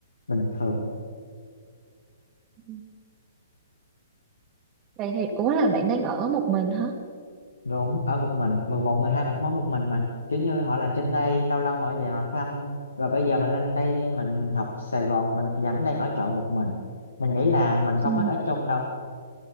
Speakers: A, on the left; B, on the right.
A: bình thường
B: Ừ. vậy thì ủa là bạn đang ở một mình hả
A: đúng ở một mình mười một mười hai mình cũng ở một mình mà kiểu như họ làm trên đây lâu lâu họ về họ thăm rồi bây giờ mình lên đây mình học Sài Gòn mình vẫn đang ở trọ một mình mình nghĩ là mình không
B: Ừ.
A: hết ở chung đâu